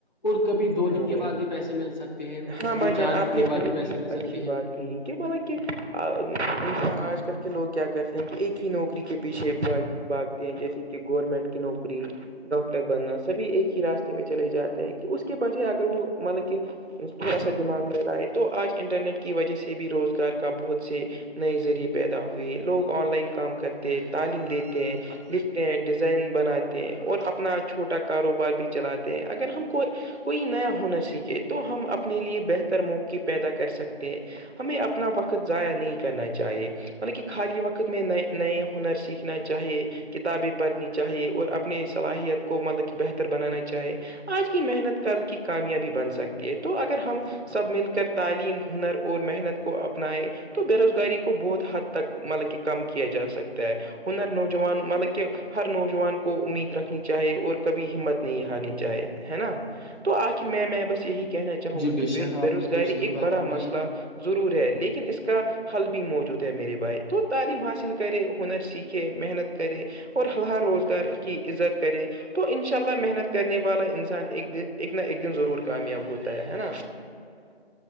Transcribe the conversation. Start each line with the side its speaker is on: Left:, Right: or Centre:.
Left: اور کبھی دو دن
Right: ہاں
Left: کے
Right: بھائی
Left: بعد بھی پیسے مل سکتے ہیں
Right: ہاں
Left: کبھی
Right: بھائی جان
Left: چار
Right: آپ
Left: دن کے
Right: نے
Left: بعد
Right: بہت
Left: بھی پیسے
Right: اچھی
Left: مل سکتے
Right: بات
Left: ہیں
Right: کہ کہ بولے کہ آج کل کے لوگ کیا کرتے ہیں کہ ایک ہی نوکری کے پیچھے باقی باگتی ہیں جیسے کہ گورنمنٹ کی نوکری ڈاکٹر بننا سبھی ایک ہی راستے میں چلے جاتے ہیں کہ اس کے وجہ اگر وہ مطلب کہ تھوڑا سا دماغ لڑ رہا ہے تو آج انٹرنیٹ کی وجہ سے بھی روزگار کا بہت سے نئے ذریعے پیدا ہوئے ہیں لوگ آن لائن کام کرتے ہیں تعلیم دیتے ہیں لکھتے ہیں ڈیزائن بناتے ہیں اور اپنا چھوٹا کاروبار بھی چلاتے ہیں اگر ہم کوئی کوئی نیا ہنر سیکھے تو ہم اپنے لیے بہتر موقع پیدا کر سکتے ہیں ہمیں اپنا وقت ضائع نہیں کرنا چاہیے ملب کہ خالی وقت میں نئے نئے ہنر سیکھنا چاہیے کتابیں پڑھنی چاہیے اور اپنے صلاحیت کو مطلب کہ بہتر بنانا چاہیے آج کی محنت کل کی کامیابی بن سکتی ہے تو اگر ہم سب مل کر تعلیم ہنر اور محنت کو اپنائیں تو بے روزگاری کو بہت حد تک مطلب کہ کم کیا جا سکتا ہے ہنر نوجوان مطلب کہ ہر نوجوان کو امید رکھنی چاہے اور کبھی ہمت نہیں ہارنی چاہے ہے نا تو آخر میں میں بس یہی کہنا چاہوں
Left: جی
Right: گا کہ
Left: شک
Right: بے
Left: آپ
Right: روزگاری
Left: نے تو صحیح
Right: ایک
Left: بات
Right: بڑا
Left: فرمائی
Right: مسئلہ ضرور ہے لیکن اس کا حل بھی موجود ہے میرے بھائی تو تعلیم حاصل کرے ہنر سیکھے محنت کرے اور ہ ہر روزگار کی عزت کرے تو ان شاء اللہ محنت کرنے والا انسان ایک د ایک نہ ایک دن ضرور کامیاب ہوتا ہے نا